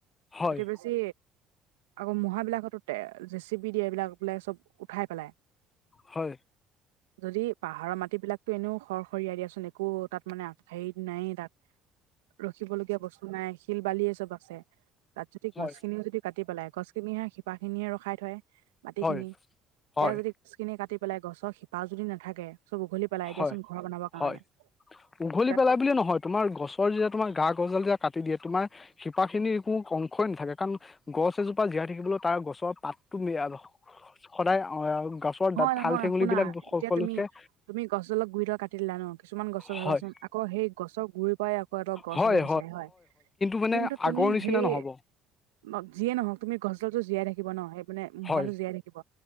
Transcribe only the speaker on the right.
অতিবিজ যি আকৌ মোহাবিলাক তোতে জেচিপি দিয়ে এইবিলাক বোলে চব উঠাই পেলাই।
যদি পাহাৰৰ মাটিবিলাকতো এনেও খৰ খৰিয়াই দিয়াচোন একো তাত মানে আগ হাৰি নাইয়ে তাত। ৰখিবলগীয়া বস্তু নাই, শিল বালিয়ে চব আছে। তাত যদি
গছ খিনি যদি কাটি পেলাই, গছখিনিহে শিপা খিনিহে ৰখাই থয়, মাটিখিনি,
এতিয়া
যদি গছ কিনি কাটি পেলাই গছৰ শিপা যদি নাথাকে, চব উঘলি পেলাই দিয়াচোন
ঘৰ বনাব কাৰণে
তাত
নহয় নহয়
শুনা
এতিয়া তুমি তুমি গছডালক গুৰি ডাল কাটি দিলা ন কিছুমান গছ চাবাচোন
আকৌ সেই গছৰ গুৰিৰ পৰাই আ কৌ এডাল গছ
হ'ব বিচাৰে হয়
কিন্তু তুমি
সেই
মক যিয়ে নহওক তুমি গছডালতো জীয়াই থাকিব ন সেই পিনে মোহাটো
জীয়াই থাকিব